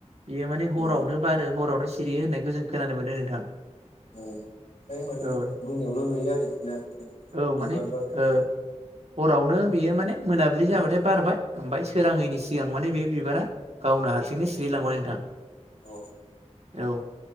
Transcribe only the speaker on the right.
बियो माने हरावनो
बारो हरावनो सि रियो होननायखौ जों खोनानो मोनो नोंथां।
औ
औ
माने
ओ हरावनो बेयो माने मोनाबिलि जाबाथाय बारबाय ओमफ्राय सोराङैनि सिगां माने बे बिबारा गावनो हारसिंनो सिरिलांबाय नोंथां।
औ